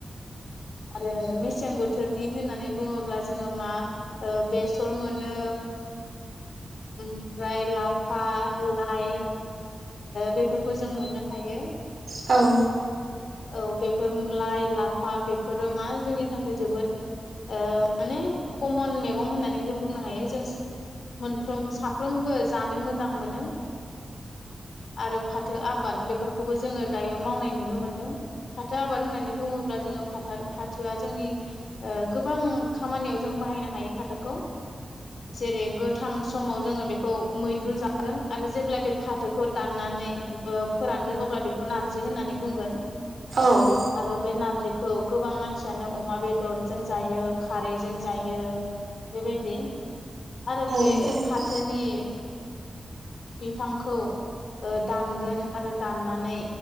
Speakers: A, on the left; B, on the right.
A: आरो मेसें बोथोरनि होननानै बुङोब्ला जोङो मा ओ बेसर मोनो। ओमफ्राय लाफा-लाइ बेफोरखौ जों मोननो हायो।
B: औ
A: औ बेफोर लाइ लाफा बेफोरो मा जोंनि थाखाय जोबोद माने कमन मैगं होननानै जों बुंनो हायो जों मोनफ्रोम साफ्रोमबो जानो मोजां मोनो। आरो फाथो आबाद बेफोरखौबो जोङो दायो मावनाय नुनो मोनदों फाथो आबाद होननानै बुङोब्ला जोङो फाथो फाथोआ जोंनि ओ गोबां खामानियाव जों बाहायनो हायो फाथोखौ जेरै गोथां समाव जोङो बेखौ मैद्रु जागोन आरो जेब्ला बे फा फाथोखौ दाननानै फोरानगोन अब्ला बेखौ नारजि होननानै बुंगोन
B: औ
A: आरो बे नारजिखौ गोबां मानसियानो अमा बेदरजों जायो खारैजों जायो बेबायदि आरो
B: औ
A: बे
B: थारैनो
A: फाथोनि बिफां खौ दानगोन आरो दाननानै